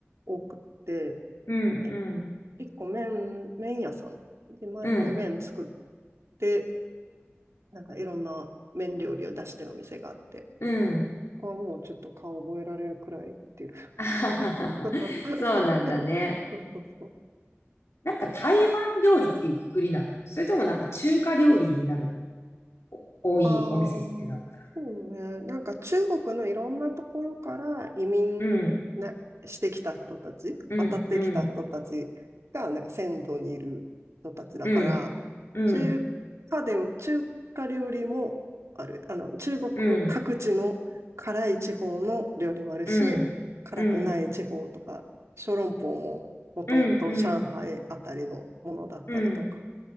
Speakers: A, on the right; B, on the left.
A: 多くて、
B: うん、
A: い
B: うん、
A: 一個麺、麺屋さん、自前で麺作っ
B: うん、
A: て、なんかいろんな麺料理を出してるお店があって、
B: うん。
A: ここはもうちょっと顔覚えられるくらい行ってる。
B: <laughs> あはははそうなんだね。
A: <laughs> そうそうそう
B: なんか台湾料理っていうくくりなのそれともなんか中華料理になるの多いお店ってなったら。
A: ああ、そうね。なんか中国のいろんなところから移民なしてきた人たち、
B: うん、うん、
A: 渡ってきた人たちが、
B: うん、
A: なんか先祖にいる人たちだから、
B: うん、うん、
A: 中華でも、中華料理もある。あの、中国各地の辛い地方の料理もあるし、
B: うん。うん、
A: 辛くない地方とか、
B: うん、
A: 小籠包ももともと上海あたりのものだったりとか。
B: うん、うん、うん、